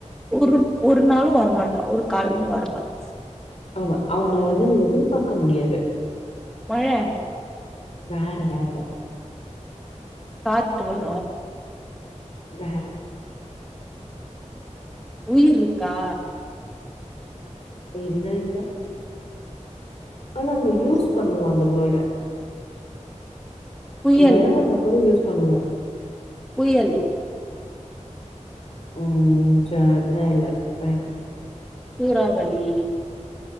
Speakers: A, in the centre; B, on the left.
A: ஒருப் ஒரு நாளும் வரமாட்டா ஒரு காலமு வரமாட்
B: ஆமா அவுங்ள வந்து நீ எதுர்பாக்க முடியாது
A: மழ
B: வேற வேற
A: காத்து வரு
B: வேர
A: உயிர்ருக்கா
B: இல்லல்ல அ நம்ப
A: இப்போ
B: யூஸ் பண்ணுவோ அந்த வோட
A: புயல்
B: மழ வந்தா கூட யூஸ் பண்ணுவோ
A: புயல்
B: உம் ஜாதரல்லா பர்
A: சூறாவளி